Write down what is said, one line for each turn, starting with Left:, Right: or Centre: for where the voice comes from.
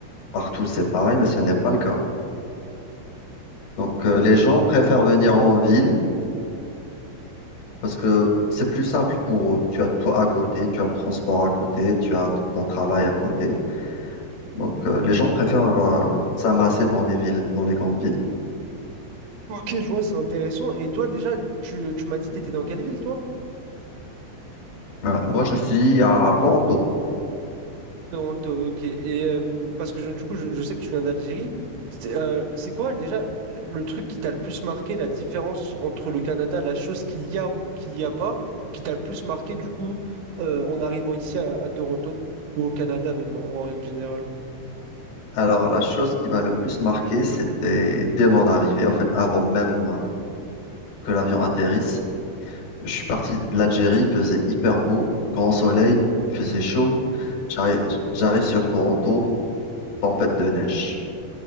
Left: partout c'est pareil, mais ce n'est pas le cas. Donc, euh, les gens
Right: Ok,
Left: préfèrent
Right: je vois.
Left: venir en ville parce que c'est plus simple pour eux. Tu as toi à côté, tu as le transport à côté, tu as t- ton travail à côté. Donc, euh, les gens préfèrent euh, s'amasser dans les villes, dans les grandes villes.
Right: Ok, je vois, c'est intéressant. Et toi, déjà, tu, tu m'as dit, t'étais dans quelle ville, toi?
Left: Ouais. Moi, je suis à Toronto.
Right: Toronto, ok. Et euh, parce que je- du coup, je, je sais que tu viens d'Algérie. C'est euh, c'est quoi, déjà, le le truc qui t'a le plus marqué, la différence entre le Canada, la chose qu'il y a ou qu'il n'y a pas, qui t'a le plus marqué, du coup, euh, en arrivant ici à, à Toronto, ou au Canada, même en, en règle générale?
Left: Alors, la chose qui m'a le plus marqué, c'était dès mon arrivée, en fait, avant même euh, que l'avion atterrisse. Je suis parti de l'Algérie, il faisait hyper beau, grand soleil, il faisait chaud. J'arrive, j'arrive sur Toronto, tempête de neige.